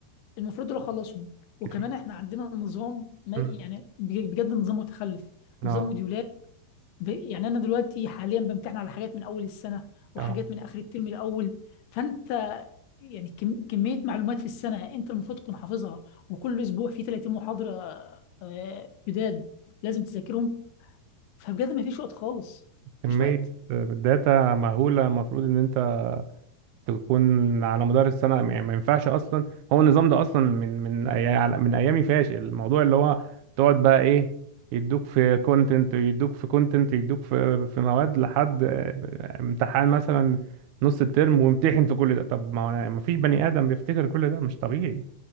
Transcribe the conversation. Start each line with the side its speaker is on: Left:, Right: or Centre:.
Left: المفروض دول اخلصهم وكمان
Right: كتير
Left: احنا عندنا نظام ما
Right: مم.
Left: يعني بجد نظام متخلف نظام
Right: اه
Left: موديولات ب... يعني انا دلوقتي حاليا بمتحن على حاجات من اول السنه وحاجات
Right: اه
Left: من اخر الترم الاول فانت يعني كم... كميه معلومات في السنه انت المفروض تكون حافظها وكل اسبوع في 30 محاضره آه، جداد لازم تذاكرهم فبجد ما فيش وقت خالص
Right: كميه
Left: مفيش وقت
Right: داتا مهوله المفروض ان انت تكون على مدار السنة يعني ما ينفعش أصلا هو النظام ده أصلا من من أي- من أيامي فاشل الموضوع اللي هو تقعد بقى إيه يدوك في كونتنت يدوك في كونتنت يدوك في في مواد لحد آه، امتحان مثلا نص الترم وامتحن في كل ده طب ما ما فيش بني آدم بيفتكر كل ده مش طبيعي